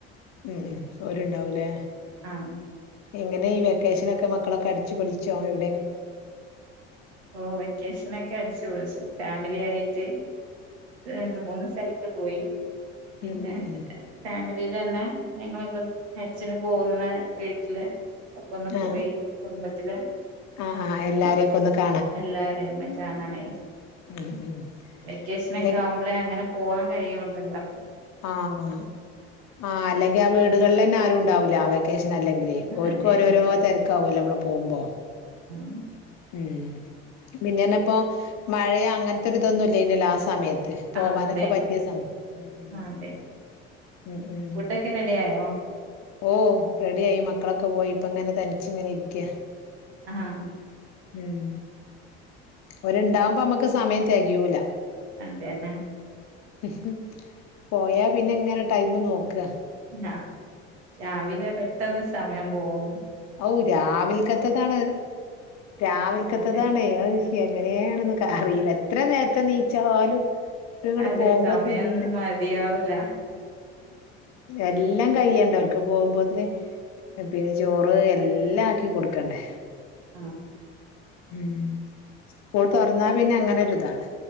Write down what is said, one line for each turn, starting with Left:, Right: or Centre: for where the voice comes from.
Left: ഉം ഉം ഒര്ണ്ടാവൂലേ
Right: ആഹ്
Left: എങ്ങനെ ഈ വെക്കേഷനൊക്കെ മക്കളൊക്കെ അടിച്ചു പോളിച്ചോ എവ്
Right: ഓ വെക്കേഷനൊക്കെ അടിച്ചു പൊളിച്ചു. ഫാമിലി ആയിട്ട് രണ്ട് മൂന്ന് സ്ഥലത്ത് പോയി. പിന്നെ
Left: ഉം ഉം
Right: <unintelligible>
Left: ഉം
Right: ഇതിലന്നെ ഞങ്ങളക്കെ ഹജ്ജിന് പോവുന്ന വീട്ടില് ഒക്കെ ഒന്ന്
Left: ആ
Right: പോയി കുടുംബത്തില്
Left: ആ ആ എല്ലാരയൊക്കൊന്ന് ക
Right: എല്ലാരെയൊന്ന് കാണാനായി
Left: ഉം ഉം
Right: വെക്കേഷനക്കെ
Left: അല്ലെ
Right: ആവുമ്പളെ അങ്ങനെ പോവാ കഴിയൊന്നുല്ലാ
Left: ആഹ് ആ അല്ലെങ്കി ആ വീടുകളിലന്നെ ആരുണ്ടാവൂല്ല വെക്കേഷനല്ലെങ്കില് ഓര്ക്കും
Right: അതെ
Left: ഓരോരോ തെരക്കാവല്ലെ അമ്മള് പോവുമ്പോ
Right: ഉം
Left: ഉം പിന്നന്നെപ്പോ മഴയൊ അങ്ങത്തൊരിതൊന്നു ഇല്ലേനിയല്ലോ ആ സമയ ത്ത് പോവാനൊക്കെ
Right: ആഹ് അതെ
Left: പറ്റിയ സമ ഉം ഉം
Right: ആഹ് അതെ
Left: ഉം ഉം
Right: ഫുഡൊക്കെ റെഡി ആയോ
Left: ഓ റെഡിയായി മക്കളൊക്കെ പോയി ഇപ്പങ്ങനെ തനിച്ച്ങ്ങനെ ഇരിക്കാ
Right: ആഹ്
Left: ഉം ഓര്ണ്ടാവുമ്പം നമ്മക്ക് സമയം തെകയൂല
Right: അതെന്നെ
Left: ഉം പോയാ പിന്നങ്ങനെ ടൈമ് നോക്കാ
Right: രാ രാവിലെ പെട്ടെന്ന് സമയം പോവും
Left: ഔ രാവില്ക്കത്തതാണ് രാവില്ക്കത്തതാണെ
Right: അതെ
Left: അയ്ശ് എങ്ങനേണ്ന്ന്ക്കറീല എത്ര നേര്ത്തെ നീച്ചാലും ഇത്ങ്ങട്ട്
Right: അതെ
Left: പോകുമ്പത്തിന്
Right: സമയം
Left: എല്ലാ
Right: മതിയാവൂല
Left: എല്ലം കഴിയണ്ടേ ഓൽക്ക് പോവുമ്പത്തിന് പിന്നെ ചോ റ് എല്ലാ ആക്കി കൊട്ക്കണ്ടെ
Right: ആഹ്
Left: ഉം പോയി തൊറന്നാ പിന്നെ അങ്ങനൊരിതാണ്